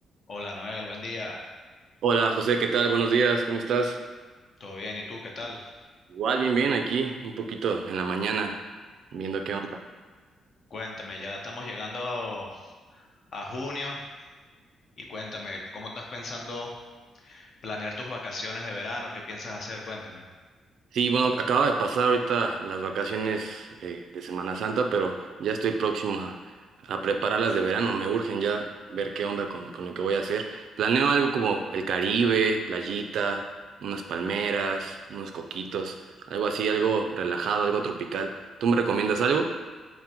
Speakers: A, on the left (about 45°); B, on the right (about 70°).
A: Hola Noel, buen día.
B: Hola José, ¿qué tal? Buenos días, ¿cómo estás?
A: ¿Todo bien? ¿Y tú qué tal?
B: Igual, bien, bien, aquí, un poquito en la mañana, viendo qué onda.
A: Cuéntame, ya estamos llegando a junio y cuéntame, ¿cómo estás pensando planear tus vacaciones de verano? ¿Qué piensas hacer? Cuéntame.
B: Sí, bueno, acaba de pasar ahorita las vacaciones eh, de Semana Santa, pero ya estoy próximo a, a prepararlas de verano, me urgen ya ver qué onda con, con lo que voy a hacer. Planeo algo como el Caribe, playita, unas palmeras, unos coquitos, algo así, algo relajado, algo tropical. ¿Tú me recomiendas algo?